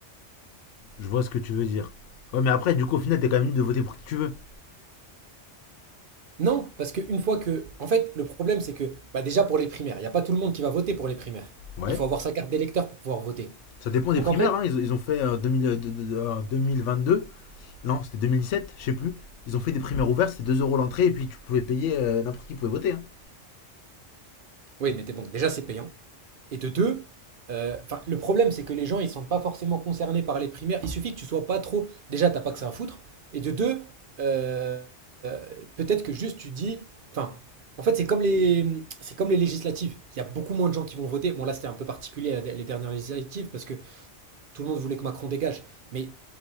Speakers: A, on the left (about 80°); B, on the right (about 55°).
A: Je vois ce que tu veux dire. Ouais, mais après, du coup, au final, t'es quand même libre de voter pour qui tu veux.
B: Non, parce qu'une fois que, en fait, le problème, c'est que, bah déjà pour les primaires, il n'y a pas tout le monde qui va voter pour les primaires.
A: Ouais.
B: Il faut avoir sa carte d'électeur pour pouvoir voter.
A: Ça dépend des
B: Donc
A: primaires,
B: en fait,
A: hein. Ils, ils ont fait euh, 2000 euh, de- de- de- en 2022. Non, c'était 2017, je sais plus. Ils ont fait des primaires ouvertes, c'était 2 euros l'entrée et puis tu pouvais payer, euh, n'importe qui pouvait voter. hein.
B: oui, mais t'es bon, déjà c'est payant. Et de deux, euh, enfin, le problème, c'est que les gens, ils sont pas forcément concernés par les primaires. Il suffit que tu sois pas trop. Déjà, t'as pas que ça à foutre. Et de deux, euh, euh, peut-être que juste tu dis. Enfin, en fait, c'est comme les, c'est comme les législatives. Il y a beaucoup moins de gens qui vont voter. Bon, là, c'était un peu particulier la- les dernières législatives parce que tout le monde voulait que Macron dégage. Mais